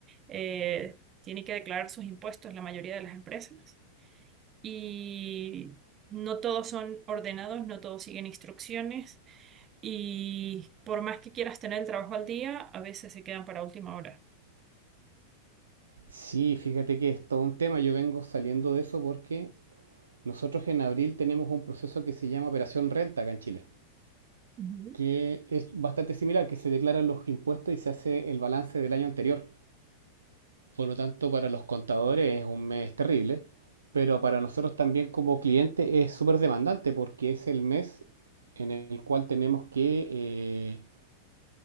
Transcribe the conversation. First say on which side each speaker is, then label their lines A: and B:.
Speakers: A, on the right; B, on the right.
A: eh, tiene que declarar sus impuestos, la mayoría de las empresas. Y no todos son ordenados, no todos siguen instrucciones. Y por más que quieras tener el trabajo al día, a veces se quedan para última hora.
B: Sí, fíjate que es todo un tema. Yo vengo saliendo de eso porque nosotros en abril tenemos un proceso que se llama Operación Renta acá en Chile,
A: Ujú,
B: que es bastante similar, que se declaran los impuestos y se hace el balance del año anterior. Por lo tanto, para los contadores es un mes terrible, pero para nosotros también como cliente es súper demandante porque es el mes en el cual tenemos que eh,